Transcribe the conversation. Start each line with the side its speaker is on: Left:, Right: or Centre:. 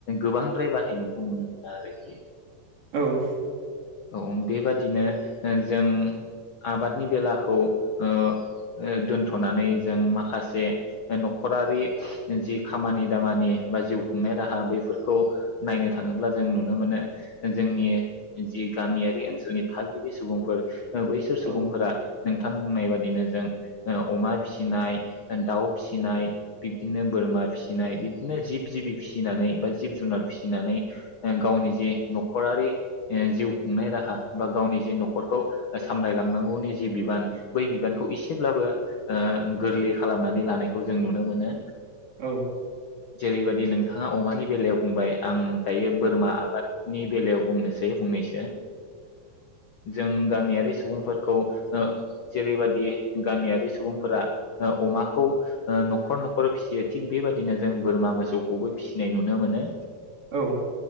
Left: गोबांद्राय बाहायनायखौ नुनो मोना आरोखि।
Right: औ
Left: औ बेबादिनो ओ जों आबादनि बेलाखौ ओ दोनथनानै जों माखासे न'खरारि जि खामानि दामानि बा जिउ खुंनाय राहा बैफोरखौ नायनो थाङोब्ला जों नुनो मोनो जोंनि जि गामियारि ओनसोलनि थागिबि सुबुंफोर बैसोर सुबुंफोरा
Right: औ
Left: नोंथां बुंनाय बादिनो जों ओ अमा फिसिनाय ओ दाउ फिसिनाय बिब्दिनो बोरमा फिसिनाय बिबदिनो जिब जिबि फिसिनानै बा जिब जुनार फिसिनानै ओ गावनि जे न'खरारि ओ जिउ खुंनाय राहा बा गावनि जि न'खरखौ सामलायलांनांगौनि जि बिबान बै बिबानखौ एसेब्लाबो ओ गोरलै खालामनानै लानाय खौ जों नुनो मोनो।
Right: औ
Left: जेरैबायदि नोंथाङा अमानि बेलायाव बुंबाय आं दायो बोरमा आबाद नि बेलायाव बुंनोसै फंनैसो जों गामियारि सुबुंफोरखौ जेरैबादि गामियारि सुबुंफोरा अमाखौ ओ न'खर न'खर फिसियो थिग बेबदिनो जों बोरमा मोसौखौबो फिसिनाय नुनो मोनो।
Right: औ